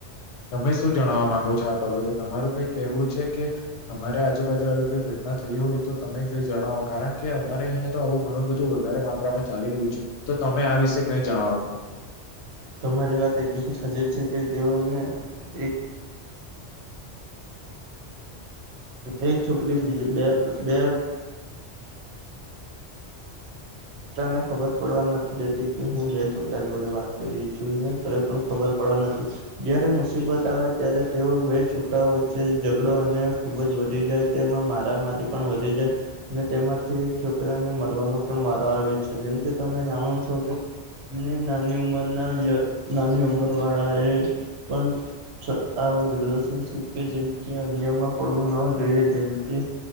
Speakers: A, on the left; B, on the right.
A: તમે શું જણવા માંગો છો આ બાબતે તમારું કઈ કેહેવું છે કે? તમારે આજુબાજુ આવી કોઈ ઘટના થઈ હોય તો તમે કઈ જણાવો કારણ કે અમારે અહીંયા તો આવું ઘણું બધું વધારે માત્રામાં ચાલી રહ્યું છે તો તમે આ વિષે કઈ જણાવો
B: તમારી વાત એક દમ સાચી છે કે જેઓને એક એક છોકરી બીજી બે બે છ ને ખબર પડવા નથી દેતી કે હું બે છોકરા જોડે વાત કરી છું ને પણ ખબર પડવા નથી જયારે મુસીબત આવે ત્યારે તેઓ બે છોકરાઓ વચ્ચે ઝઘડો અને ખુબ જ વધી જાય તેમાં મારા મારી પણ વધી જાય ને તેમાંથી છોકરાને મરવાનો પણ વાત આવે છે જેમ કે તમે જાણો છો કે ની નાની ઉંમર ના વ્ય નાની ઉમર વાળા એ પણ આવું રિલેશનશીપ કે જેમકે અન્યમાં પડવું ન જોઈએ જેમકે